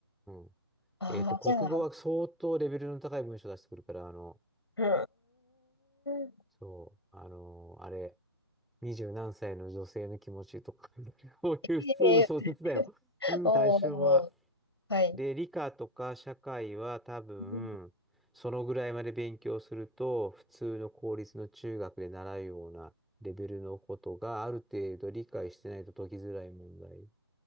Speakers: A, in the centre; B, on the left.
A: うん。
B: あー、
A: えっと、国語は相当レベルの高い文章出してくるから、
B: じゃあ、
A: あの、
B: うーん、
A: そう、あの、あれ、二十何歳の女性の気持ちとか、<laughs> こういう普通の小説だよ。
B: えー、<laughs>
A: うん、
B: お
A: 対象は。
B: ー、はい。
A: で、理科とか社会は多分、
B: うん
A: そのぐらいまで勉強すると、普通の公立の中学で習うようなレベルのことがある程度理解してないと解きづらい問題。